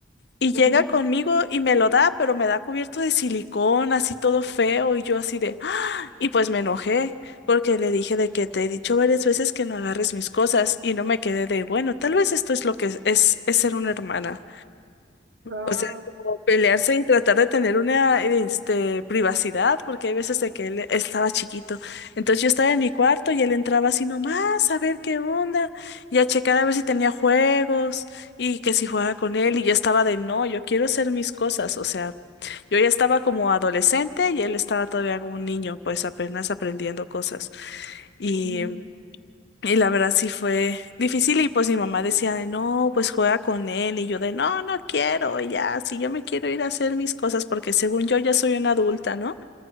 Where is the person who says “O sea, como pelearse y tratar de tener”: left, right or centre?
Left